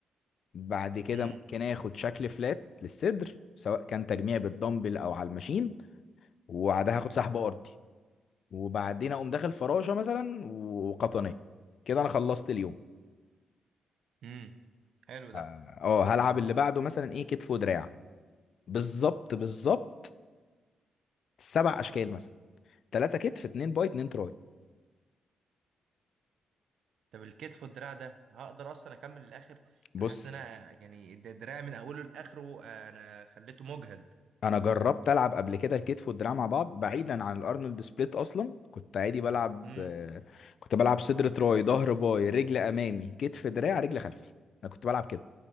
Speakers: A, on the left (about 65°); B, on the right (about 70°).
A: بعد كده
B: مم.
A: ممكن اخد شكل فلات للصدر سواء كان تجميع بالدمبل او على الماشين وبعدها هاخد سحب ارضي وبعدين اقوم داخل فراشه مثلا وقطنيه كده انا خلصت اليوم
B: امم حلو
A: اه
B: ده
A: آه، هلعب اللي بعده مثلا ايه كتف ودراع بالظبط بالظبط سبع اشكال مثلا ثلاثة كتف اتنين باي اتنين تراي
B: طب الكتف والدراع ده هقدر اصلا اكمل للاخر
A: بص
B: انا حاسس ان انا يعني الد- الدراع من اوله لاخره آه، انا خليته مجهد
A: انا جربت العب قبل كده الكتف والدراع مع بعض بعيدا عن الارنولد سبليت اصلا كنت عادي بلعب
B: امم
A: آه، كنت بلعب صدر تراي ظهر باي رجل امامي كتف دراع رجل خلفي انا كنت بلعب كده